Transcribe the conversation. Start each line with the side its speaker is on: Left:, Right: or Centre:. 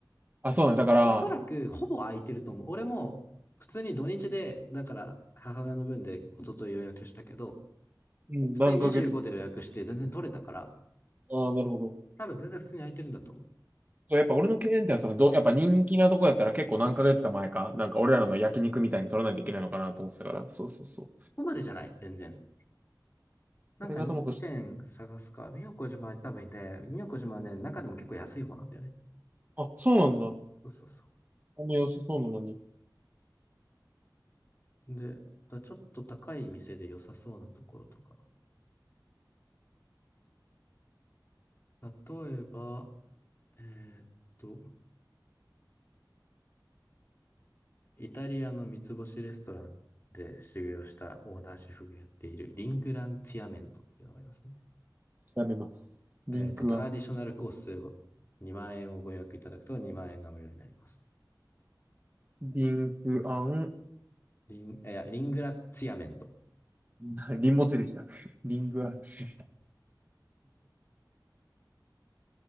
Right: あ、そうなんだ。だから、
Left: ろおそらく、ほぼ空いてると思う。俺も、普通に土日で、だから、母親の分で一昨日予約したけど、
Right: うん、
Left: 普通に25で予約して全然取れたから、
Right: 何ヶ月。ああ、なるほど。
Left: 多分全然普通に空いてるんだと思う。
Right: そうやっぱ俺の経験ってそのど、やっぱ人気なとこやったら結構何ヶ月か前か、なんか俺らの焼肉みたいに取らないといけないのかなと思ってたから、そうそうそう。
Left: そこまでじゃない、全然。なんか人気店探すか。
Right: あれがともかし、
Left: 宮古島は多分いて、宮古島はね、中でも結構安い方なんだよね。
Right: あ、そうなんだ。
Left: そうそうそ
Right: あんま良さそうなのに。
Left: う。で、だからちょっと高い店で良さそうなところとか。例えば、えーっと、イタリアの三つ星レストランで修行したオーナーシェフがやっているリングランツィアメントっていうのがありますね。
Right: 調べます。リンクアン、
Left: えーっと、トラディショナルコースを2万円をご予約いただくと2万円が無料になります。
Right: リンクアン、
Left: リン、いや、リングラツィアメント。
Right: <laughs> リンモチできた。リングアンチ。